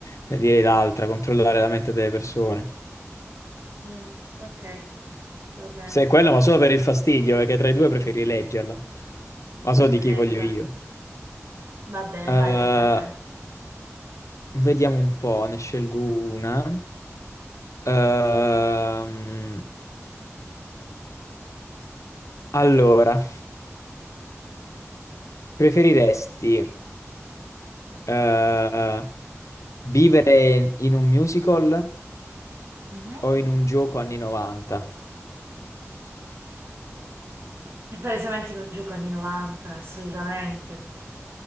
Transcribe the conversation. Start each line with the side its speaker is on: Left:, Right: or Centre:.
Left: eh, direi l'altra, controllare la mente delle persone.
Right: Mm, ok, va bene.
Left: Se è quello, ma solo per il fastidio, perché tra i due preferi leggerla. Ma so
Right: Ok,
Left: di chi voglio
Right: va
Left: io.
Right: bene. Va bene,
Left: Eh,
Right: vai, tocca a te.
Left: vediamo un po', ne scelgo una. Ehm, allora, preferiresti eh, vivere in un musical
Right: Mhm.
Left: o in un gioco anni 90?
Right: È Palesemente non gioco anni 90, assolutamente.